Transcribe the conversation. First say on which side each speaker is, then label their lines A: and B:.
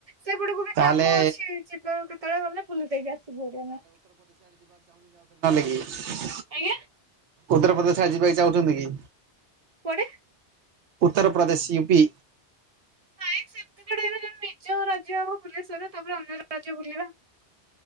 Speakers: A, on the right (about 45°); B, on the right (about 85°).
A: ସେପଟେକୁ ବି
B: ତାହେଲେ
A: କାମ ଅଛି ଯିବା କେତେବେଳେ ଗଲେ ବୁଲି ଦେଇକି ଆସିବୁ ଭାରି ଆମେ।
B: ହୁଁ। <inaudible>
A: ଆଜ୍ଞା।
B: ଉତ୍ତରପ୍ରଦେଶରେ ଯିବାକୁ ପାଇଁ ଚାହୁଁଛନ୍ତି କି?
A: କୁଆଡେ?
B: ଉତ୍ତରପ୍ରଦେଶ ୟୁ ପ୍ ପି,
A: ନାଇଁ ସେମିତି <unintelligible> ନିଜ ରାଜ୍ୟ ବୁଲି ସାରେ। ତାପରେ ଅନ୍ୟ ରାଜ୍ୟ ବୁଲିବା।